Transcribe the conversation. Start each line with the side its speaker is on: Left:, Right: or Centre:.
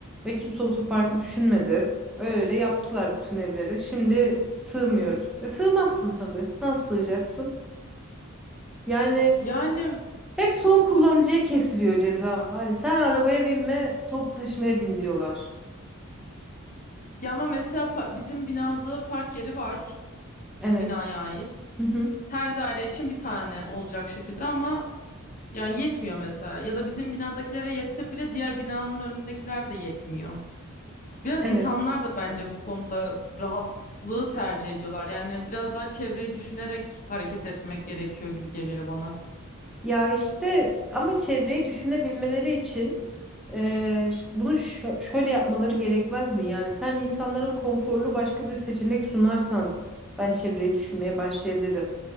Centre: ve kimse otoparkı düşünmedi. Öyle yaptılar bütün evlere. Şimdi sığmıyoruz. E sığmazsın tabii. Nasıl sığacaksın? Yani
Left: Yani
Centre: hep son kullanıcıya kesiliyor ceza. Hani sen arabaya binme, toplu taşımaya bin diyorlar.
Left: ya ama mesela pa- bizim binada park yeri var
Centre: Evet.
Left: binaya ait.
Centre: Hı hı.
Left: Her daire için bir tane olacak şekilde ama Yani yetmiyor mesela. Ya da bizim binadakilere yetse bile diğer binanın önündekiler de yetmiyor. Biraz
Centre: Evet.
Left: insanlar da bence bu konuda rahatlığı tercih ediyorlar. Yani biraz daha çevreyi düşünerek hareket etmek gerekiyor gibi geliyor bana.
Centre: Ya işte ama çevreyi düşünebilmeleri için eee, ş- bunu şö- şöyle yapmaları gerekmez mi? Yani sen insanlara konforlu başka bir seçenek sunarsan ben çevreyi düşünmeye başlayabilirim.